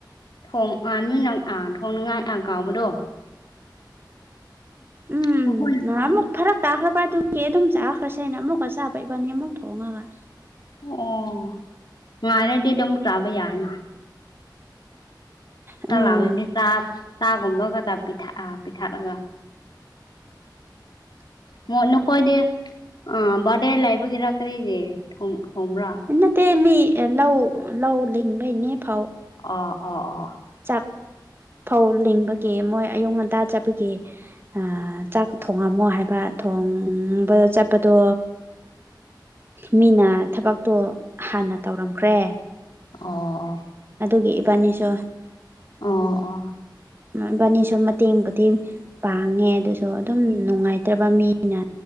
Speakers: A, on the left (about 70°); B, on the right (about 30°).
A: ꯊꯣꯡ ꯑꯥ ꯅꯣꯏꯅ ꯑꯥ ꯊꯣꯡꯅꯤꯡꯉꯥꯏ ꯑꯥ ꯀꯥꯎꯕꯗꯣ
B: ꯎꯝ
A: ꯅꯈꯣꯏꯅ
B: ꯅꯍꯥꯟꯃꯨꯛ ꯐꯔꯛ ꯇꯥꯈ꯭ꯔꯕ ꯑꯗꯨꯒꯤ ꯑꯗꯨꯝ ꯆꯥꯈ꯭ꯔꯁꯦꯅ ꯍꯥꯏꯅ ꯑꯃꯨꯛꯀ ꯆꯥꯕ ꯏꯕꯥꯅꯤ ꯑꯃꯨꯛ ꯊꯣꯡꯉꯒ
A: ꯑꯣ ꯉꯥꯏꯔꯗꯤ ꯑꯗꯨꯝ ꯆꯥꯕ ꯌꯥꯏꯅ
B: ꯎꯝ
A: ꯇꯥ ꯂꯥꯝꯔꯗꯤ ꯆꯥ ꯆꯥꯒꯨꯝꯕ ꯈꯛꯇ ꯄꯤꯊꯛꯑ ꯄꯤꯊꯛꯂꯒ
B: <inaudible>
A: ꯃꯣ ꯅꯈꯣꯏꯗꯤ ꯑ ꯕꯥꯔꯗꯦ ꯂꯩꯕꯒꯤꯔ ꯀꯔꯤꯗꯤ ꯊꯣꯡ ꯊꯣꯡꯕ꯭ꯔꯥ
B: ꯅꯠꯇꯦ ꯃꯤ ꯂꯧ ꯂꯧ ꯂꯤꯡꯕꯩꯅꯦ ꯐꯧ
A: ꯑ ꯑꯣ ꯑꯣ
B: ꯆꯥꯛ ꯐꯧ ꯂꯤꯡꯕꯒꯤ ꯃꯣꯏ ꯑꯌꯨꯛ ꯉꯟꯇꯥ ꯆꯠꯄꯒꯤ ꯑꯥ ꯆꯥꯛ ꯊꯣꯡꯉꯝꯃꯣ ꯍꯥꯏꯕ ꯊꯣꯡꯕ ꯆꯠꯄꯗꯣ ꯃꯤꯅ ꯊꯕꯛꯇꯣ ꯍꯥꯟꯅ ꯇꯧꯔꯝꯈ꯭ꯔꯦ
A: ꯑꯣ ꯑꯣ
B: ꯑꯗꯨꯒꯤ ꯏꯕꯥꯟꯅꯤꯁꯨ
A: ꯑꯣ ꯑꯣ
B: ꯏꯕꯟꯅꯤꯁꯨ ꯃꯇꯦꯡꯕꯨꯗꯤ ꯄꯥꯡꯉꯦ ꯑꯗꯨꯁꯨ ꯑꯗꯨꯝ ꯅꯨꯡꯉꯥꯏꯇ꯭ꯔꯕ ꯃꯤꯅ